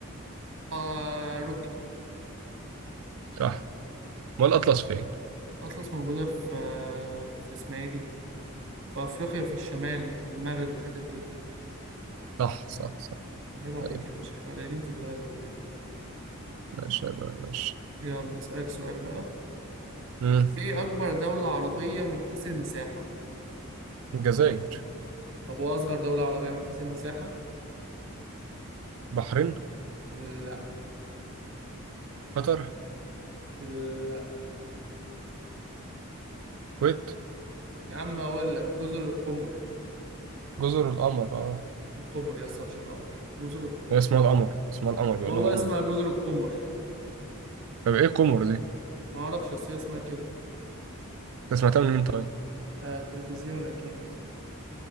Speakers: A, on the right; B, on the right.
A: آه روكي
B: صح ما الأطلس فين؟
A: أطلس موجودة في آه في اسمها ايه دي في أفريقيا في الشمال ناحية المغرب والحتت دي
B: صح صح صح
A: عيب عليك
B: أيوة
A: يا باشا احنا قليلين في البلد ولا ايه
B: ماشي يبقى ماشي
A: يلا أسألك سؤال بقى
B: مم.
A: ايه اكبر دولة عربية من حيث المساحة
B: الجزائر
A: طب هو اصغر دولة عربية من حيث المساحة
B: بحرين
A: لا
B: قطر
A: لا
B: الكويت
A: يا عم اقول لك جزر القمر
B: جزر القمر اه
A: القمر يا اسطى مش القمر جزر القمر
B: هي اسمها القمر اسمها القمر بيقولوها
A: والله
B: قمر
A: اسمها جزر القمر
B: طب ايه قمر دي؟
A: ما اعرفش بس هي اسمها كده
B: انت سمعتها من مين طيب؟
A: آه التلفزيون اكيد